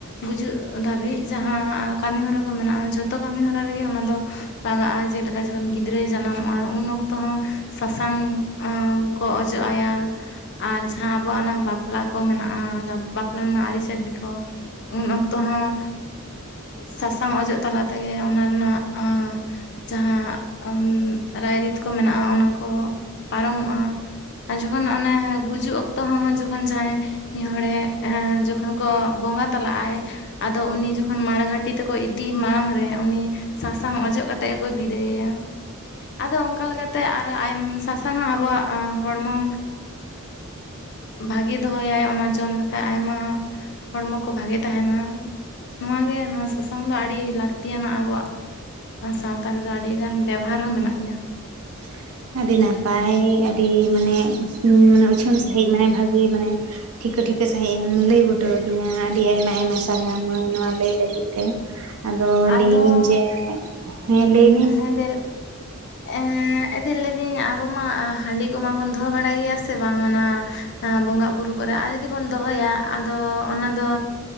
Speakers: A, on the left (about 50°); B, on the right (about 80°).
A: ᱜᱩᱡᱩᱜ ᱫᱷᱟᱹᱵᱤᱡ ᱡᱟᱦᱟᱸ ᱠᱟᱹᱢᱤ ᱦᱚᱨᱟ ᱠᱚ ᱢᱮᱱᱟᱜᱼᱟ ᱡᱷᱚᱛᱚ ᱠᱟᱹᱢᱤ ᱦᱚᱨᱟ ᱨᱮᱜᱮ ᱚᱱᱟ ᱫᱚ, ᱞᱟᱜᱟᱜᱼᱟ ᱡᱮᱞᱮᱠᱟ ᱡᱚᱠᱷᱚᱱ ᱜᱤᱫᱽᱨᱟᱹᱭ ᱡᱟᱱᱟᱢᱚᱜᱼᱟ ᱩᱱ ᱚᱠᱛᱚ ᱦᱚᱸᱼᱼ ᱥᱟᱥᱟᱝ ᱠᱚ ᱚᱡᱚᱜ ᱟᱭᱟ᱾ ᱟᱨ ᱡᱟᱦᱟᱸ ᱟᱵᱚᱣᱟᱜ ᱚᱱᱟ ᱵᱟᱯᱞᱟ ᱠᱚ ᱢᱮᱱᱟᱜᱼᱟ ᱵᱟᱯᱞᱟ ᱨᱮᱱᱟᱜ ᱟᱹᱨᱤᱪᱟᱹᱞᱤ ᱠᱚ ᱾ ᱩᱱ ᱚᱠᱛᱚ ᱦᱚᱸ ᱥᱟᱥᱟᱝ ᱚᱡᱚᱜ ᱛᱟᱞᱟ ᱛᱮᱜᱮ ᱚᱱᱟ ᱨᱮᱱᱟᱜᱼᱼ ᱡᱟᱦᱟᱸ ᱨᱟᱭᱨᱤᱛ ᱠᱚ ᱢᱮᱱᱟᱜᱼᱟ ᱚᱱᱟ ᱠᱚ ᱯᱟᱨᱚᱢᱚᱜᱼᱟ᱾ ᱟᱨ ᱡᱚᱠᱷᱚᱱ ᱚᱱᱟ ᱜᱩᱡᱩᱜ ᱚᱠᱛᱚ ᱦᱚᱸ ᱡᱚᱠᱷᱚᱱ ᱡᱟᱦᱟᱸᱭᱼᱼ ᱢᱤᱫ ᱦᱚᱲᱮ ᱡᱚᱠᱷᱚᱱ ᱠᱚ ᱵᱚᱸᱜᱟ ᱛᱟᱞᱟᱜ ᱟᱭᱼᱼ ᱟᱫᱚ ᱩᱱᱤ ᱡᱚᱠᱷᱚᱱ ᱢᱟᱲᱜᱷᱟᱴᱤ ᱛᱮᱠᱚ ᱤᱫᱤ ᱢᱟᱲᱟᱝ ᱨᱮ ᱩᱱᱤ ᱥᱟᱥᱟᱝ ᱚᱡᱚᱜ ᱠᱟᱛᱮᱼᱼ ᱛᱮ ᱜᱮ ᱠᱚ ᱵᱤᱫᱟᱹᱭᱮᱭᱟ᱾ ᱟᱫᱚ ᱚᱱᱠᱟ ᱞᱮᱠᱟᱛᱮ ᱟᱨᱚ ᱟᱭ ᱥᱟᱥᱟᱝ ᱦᱚᱸ ᱟᱵᱚᱣᱟᱜ ᱦᱚᱲᱢᱚ, ᱵᱷᱟᱜᱮ ᱫᱚᱦᱚᱭᱟᱭ ᱚᱱᱟ ᱡᱚᱢ ᱞᱮᱠᱷᱟᱱ ᱟᱭᱢᱟᱼᱼ ᱦᱚᱲᱢᱚ ᱠᱚ ᱵᱷᱟᱜᱮ ᱛᱟᱦᱮᱱᱟ ᱱᱚᱣᱟ ᱜᱮ ᱱᱚᱣᱟ ᱥᱟᱥᱟᱝ ᱫᱚ ᱟᱹᱰᱤ ᱞᱟᱹᱠᱛᱤᱭᱟᱱᱟᱜ ᱟᱵᱚᱣᱟᱜᱼᱼ ᱥᱟᱶᱛᱟ ᱨᱮᱫᱚ ᱟᱹᱰᱤ ᱜᱟᱱ ᱵᱮᱵᱚᱦᱟᱨ ᱦᱚᱸ ᱢᱮᱱᱟᱜ ᱜᱮᱭᱟ᱾
B: <inaudible> ᱟᱹᱰᱤ ᱱᱟᱯᱟᱭ ᱟᱹᱰᱤ ᱢᱟᱱᱮ ᱢᱟᱱᱮ ᱩᱪᱷᱟᱹᱱ ᱥᱟᱺᱦᱤᱡ ᱢᱟᱱᱮ ᱵᱷᱟᱜᱮ ᱢᱟᱱᱮᱼᱼ ᱴᱷᱤᱠᱟᱹ ᱴᱷᱤᱠᱟᱹ ᱥᱟᱺᱦᱤᱡ ᱮᱢ ᱞᱟᱹᱭ ᱵᱩᱴᱟᱹ ᱟᱹᱫᱤᱧᱟ ᱟᱹᱰᱤ ᱟᱭᱢᱟ ᱟᱭᱢᱟ ᱥᱟᱨᱦᱟᱣ ᱢᱟᱹᱭ ᱱᱚᱣᱟ ᱞᱟᱹᱭ ᱞᱟᱹᱜᱤᱫ ᱛᱮ᱾ ᱟᱫᱚ
A: ᱟᱫᱚ
B: ᱞᱟᱹᱭᱟᱹᱧ ᱡᱮ ᱦᱮᱸ ᱞᱟᱹᱭᱼᱼ
A: ᱦᱮᱸ ᱫᱮᱞ ᱮᱸᱼᱼ ᱦᱮᱸ ᱫᱤ ᱞᱟᱹᱭᱫᱟᱹᱧ ᱟᱵᱚ ᱢᱟ ᱦᱟᱺᱰᱤ ᱠᱚᱢᱟᱵᱚᱱ ᱫᱚᱦᱚ ᱵᱟᱲᱟᱭ ᱜᱮᱭᱟ ᱥᱮ ᱵᱟᱝ ᱚᱱᱟ, ᱵᱚᱸᱜᱟ ᱵᱩᱨᱩ ᱠᱚᱨᱮ ᱟᱨ ᱡᱩᱚᱫᱤ ᱵᱚᱱ ᱫᱚᱦᱚᱭᱟ ᱟᱫᱚ ᱚᱱᱟ ᱫᱚ